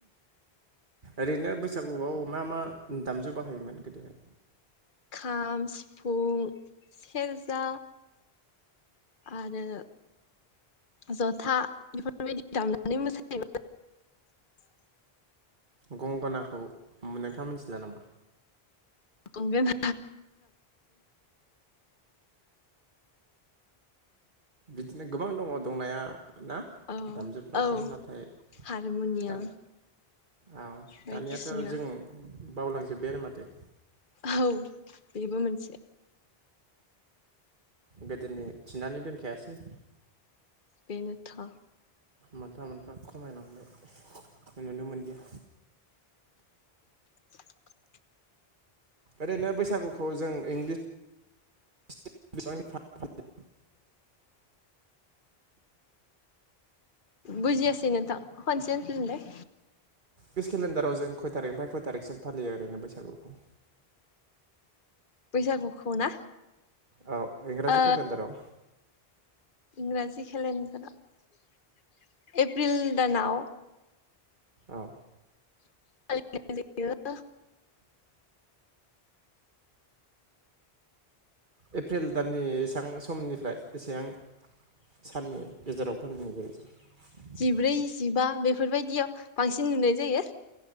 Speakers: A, on the right; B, on the left.
A: ओरैनो बैसागुआव मा मा दामजु बाहायोमोन गोदोहाय?
B: खाम, सिफुं, सेरजा आरो जथा बेफोरबायदि दामनानै मोसायोमोन।
A: गंगनाखौ नोंथाङा मोनथिला नामा?
B: गंगना
A: बिदिनो गोबां दङ दंनाया ना
B: औ
A: दामजुफ्राथ'
B: औ
A: नाथाय
B: हारमुनियाम।
A: दा औ
B: बायदिसिना
A: दानियाथ' जों बावलांजोबबायानो माथो।
B: औ बेबो मोनसे।
A: गोदोनि थिनानै दोनखायासै
B: बेनोथ'
A: मोनफा मोनफा खमायलांबाय नुनो मोनदिया
B: <unintelligible>
A: ओरैनो बैसागुखौ जों इंलिस <unintelligible>
B: बुजियासै नोंथां खनसे होनफिनलाय।
A: लिस केलेन्डाराव जों खय थारिखनिफ्राय खय थारिखसिम फालियो ओरैनो बैसागुखौ?
B: बैसागोखौना?
A: औ इंराजि
B: ओ
A: केलेन्डाराव
B: इंराजि केेलेन्डाराव एप्रिल दानाव
A: औ।
B: <unintelligible>
A: एप्रिल दाननि एसां समनिफ्राय एसेबां साननि गेजेराव फालिनाय जायो?
B: जिब्रै जिबा बेफोरबायदियाव बांसिन नुनाय जायो।